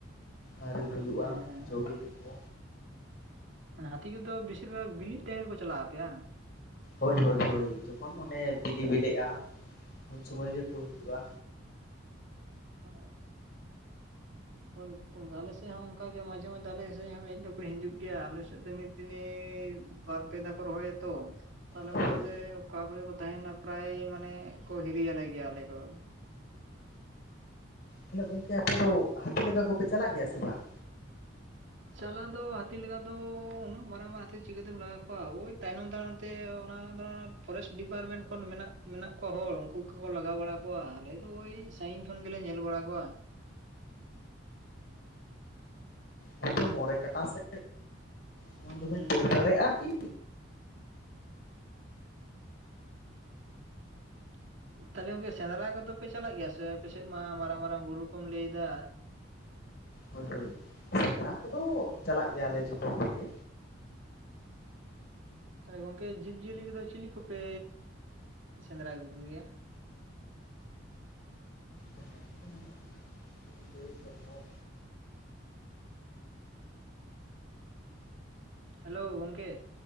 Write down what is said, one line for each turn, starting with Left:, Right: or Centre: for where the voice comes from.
Left: ᱟᱹᱣᱨᱤ ᱦᱩᱭᱩᱜᱼᱟ
Right: ᱦᱮᱸ
Left: ᱡᱚ ᱵᱤᱞᱤ ᱠᱚ᱾
Right: ᱦᱟᱹᱛᱤ ᱠᱚ ᱫᱚ ᱵᱮᱥᱤᱨ ᱵᱷᱟᱜᱽ ᱵᱤᱞᱤᱜ ᱴᱟᱭᱤᱢ ᱨᱮᱠᱚ ᱪᱟᱞᱟᱜᱼᱟ ᱟᱯᱮᱭᱟ ᱵᱟᱝ?
Left: ᱦᱳᱭ ᱦᱳᱭ ᱦᱳᱭ ᱡᱚᱠᱷᱚᱱ ᱚᱱᱮ ᱵᱤᱞᱤ ᱵᱤᱞᱤᱜᱼᱟ, ᱩᱱ ᱥᱩᱢᱚᱭ ᱜᱮᱠᱚ ᱦᱤᱡᱩᱜᱼᱟ᱾
Right: ᱟᱪᱪᱷᱟ ᱦᱳᱭ ᱛᱚ ᱟᱞᱮ ᱥᱮ ᱚᱱᱠᱟ ᱜᱮ ᱟᱡᱚᱢᱮ ᱫᱟᱞᱮ ᱥᱮ ᱦᱮᱡ ᱫᱚ ᱠᱴᱦᱤᱡᱩᱜ ᱜᱮᱭᱟ ᱟᱞᱮ ᱥᱮᱫ ᱫᱚ ᱢᱤᱫ ᱫᱤᱱᱤ ᱵᱟᱨ ᱯᱮ ᱫᱷᱟᱣ ᱠᱚ ᱨᱚᱦᱚᱭᱟᱛᱚ ᱛᱟᱦᱚᱞᱮ
Left: ᱦᱳᱭ
Right: ᱚᱱᱟ ᱛᱮ ᱚᱠᱟ ᱠᱚᱫᱚ ᱠᱚ ᱛᱟᱦᱮᱱᱟ ᱯᱨᱟᱭ ᱢᱟᱱᱮ ᱠᱚ ᱦᱤᱨᱤᱭ ᱟᱟᱞᱮ ᱜᱮᱭᱟ ᱟᱞᱮ ᱠᱚᱫᱚ
Left: ᱦᱮᱞᱳ ᱜᱚᱝᱠᱮ ᱟᱯᱮ ᱫᱚ ᱦᱟᱹᱛᱤ ᱞᱟᱜᱟ ᱠᱚᱯᱮ ᱪᱟᱞᱟᱜ ᱜᱮᱭᱟ ᱥᱮ ᱵᱟᱝ
Right: ᱪᱟᱞᱟᱣ ᱫᱚ ᱦᱟᱹᱛᱤ ᱞᱟᱜᱟ ᱫᱚ ᱩᱱᱟᱹᱜ ᱢᱟᱨᱟᱝ ᱢᱟᱨᱟᱝ ᱦᱟᱹᱛᱤ ᱪᱤᱠᱟᱹᱛᱮᱢ ᱞᱟᱜᱟ ᱠᱚᱣᱟ ᱳᱭ ᱛᱟᱭᱱᱚᱢ ᱛᱟᱭᱱᱚᱢ ᱛᱮ ᱚᱱᱟ ᱯᱷᱚᱨᱮᱥᱴ ᱰᱤᱯᱟᱨᱴᱢᱮᱱᱴ ᱠᱷᱚᱱ ᱢᱮᱱᱟᱜ ᱢᱮᱱᱟᱜ ᱠᱚᱣᱟ ᱦᱚᱲ ᱩᱱᱠᱩ ᱠᱚᱠᱚ ᱞᱟᱜᱟᱣ ᱵᱟᱲᱟ ᱠᱚᱣᱟ ᱟᱞᱮ ᱫᱚ ᱳᱭ ᱥᱟᱺᱜᱤᱧ ᱠᱷᱚᱱ ᱜᱮᱞᱮ ᱧᱮᱞ ᱵᱟᱲᱟ ᱠᱚᱣᱟ ᱾
Left: ᱦᱮᱛᱚ ᱢᱳᱲᱮ ᱠᱟᱴᱟ ᱥᱮ ᱥᱚᱢᱟᱱ ᱫᱚᱵᱮᱱ
Right: ᱦᱩᱸ
Left: ᱫᱟᱹᱲ ᱫᱟᱲᱮᱭᱟᱜᱼᱟ ᱠᱤ
Right: <inaudible> ᱛᱟᱦᱚᱞᱮ ᱜᱚᱝᱠᱮ ᱥᱮᱸᱫᱽᱨᱟ ᱠᱚᱫᱚᱯᱮ ᱪᱟᱞᱟᱜ ᱜᱮᱭᱟ ᱥᱮ ᱟᱯᱮᱥᱮᱫ ᱢᱟ ᱢᱟᱨᱟᱝ ᱢᱟᱨᱟᱝ ᱵᱩᱨᱩ ᱠᱚᱢ ᱞᱟᱹᱭᱮᱫᱟ
Left: ᱦᱳᱭ ᱦᱳᱭ ᱥᱮᱸᱫᱽᱨᱟ ᱠᱚᱫᱚ ᱪᱟᱞᱟᱜ ᱜᱮᱭᱟᱞᱮ ᱡᱚᱛᱚ ᱠᱚᱜᱮ
Right: ᱛᱟᱦᱚᱞᱮ ᱜᱚᱝᱠᱮ ᱡᱤᱵᱽ ᱡᱤᱭᱟᱹᱞᱤ ᱠᱚᱫᱚ ᱪᱤᱞᱤ ᱠᱚᱯᱮ ᱥᱮᱸᱫᱽᱨᱟ ᱟᱹᱜᱩ ᱠᱚᱜᱮᱭᱟ᱾
Left: ᱡᱟᱦᱟᱸ ᱠᱩ ᱧᱟᱢᱚᱜ ᱜᱟᱹᱭ ᱥᱚᱵᱚᱜ
Right: ᱦᱮᱞᱳᱣ ᱜᱚᱝᱠᱮ